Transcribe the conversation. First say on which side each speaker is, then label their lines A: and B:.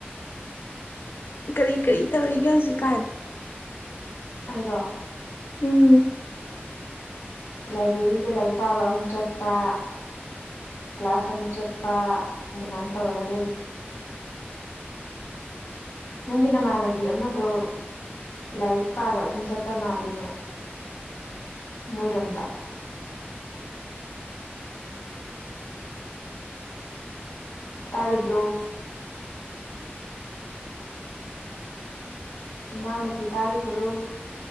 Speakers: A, on the left; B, on the left.
A: ꯀꯔꯤ ꯀꯔꯤ ꯇꯧꯔꯤꯒꯦ ꯍꯧꯖꯤꯛꯀꯥꯟ
B: ꯑꯩꯔꯣ
A: ꯎꯝ
B: ꯂꯥꯏꯕ꯭ꯔꯦꯔꯤꯗ ꯂꯥꯏꯔꯤꯛ ꯄꯥꯕ ꯑꯃꯨꯛ ꯆꯠꯄꯥ ꯀ꯭ꯂꯥꯁ ꯑꯃꯨꯛ ꯆꯠꯄ ꯑꯗꯨꯃꯥꯏ ꯇꯧꯔꯒ ꯂꯩꯔꯤ ꯅꯪꯒꯤ ꯅꯃꯥꯟꯅꯕꯤ ꯑꯃꯗꯣ ꯂꯥꯏꯔꯤꯛ ꯄꯥꯕ ꯑꯗꯨꯝ ꯆꯠꯄ ꯃꯥꯜꯂꯤꯅꯦ ꯃꯣꯏꯔꯣꯝꯗ ꯇꯥꯔꯤꯕ꯭ꯔꯣ ꯏꯅꯥꯎ ꯅꯨꯨꯄꯤ ꯇꯥꯔꯤꯕ꯭ꯔꯣ